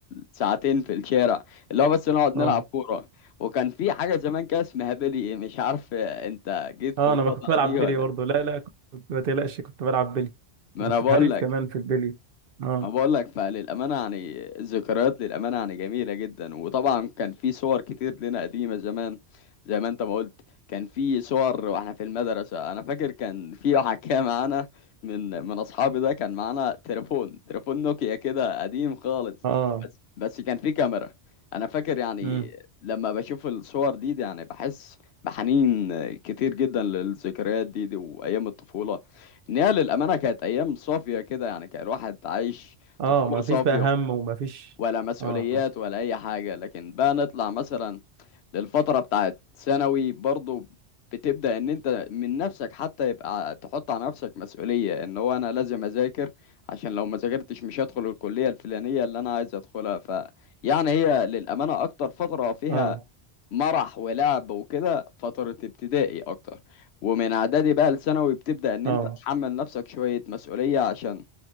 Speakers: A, on the left (about 70°); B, on the right (about 60°).
A: ساعتين في الشارع اللي هو بس نقعد نلعب
B: اه
A: كوره وكان في حاجة زمان كده اسمها بيلي إيه مش عارف انت جيت
B: اه
A: في الفترة
B: انا ما كنت بلعب
A: دي
B: بيلي
A: ولا
B: برضو
A: لأ.
B: لا لا كنت ما تقلقش كنت بلعب بيلي
A: ما
B: وكنت
A: انا بقول
B: حريف
A: لك
B: كمان في البيلي اه
A: ما بقول لك فللأمانة يعني الذكريات للأمانة يعني جميلة جدا وطبعا كان في صور كتير لنا قديمة زمان زي ما انت ما قلت كان في صور واحنا في المدرسة انا فاكر كان في واحد كان معانا من من اصحابي ده كان معانا تليفون تليفون نوكيا كده قديم خالص
B: اه
A: بس بس كان في كاميرا انا فاكر يعني
B: امم
A: لما بشوف الصور دي, دي يعني بحس بحنين كتير جدا للذكريات دي, دي وايام الطفولة ان هي للامانه كانت ايام صافيه كده يعني كان الواحد عايش
B: اه
A: طفوله
B: ما
A: صافيه
B: فيش بقى هم وما فيش
A: ولا مسؤوليات
B: اه
A: ولا اي حاجه لكن بقى نطلع مثلا للفتره بتاعت ثانوي برضو بتبدا ان انت من نفسك حتى يبقى تحط على نفسك مسؤوليه ان هو انا لازم اذاكر عشان لو ما ذاكرتش مش هدخل الكليه الفلانيه اللي انا عايز ادخلها ف يعني هي للامانه اكتر فتره فيها
B: اه
A: مرح ولعب وكده فترة ابتدائي أكتر ومن إعدادي بقى لثانوي بتبدأ إن
B: اه
A: أنت تحمل نفسك شوية مسؤولية عشان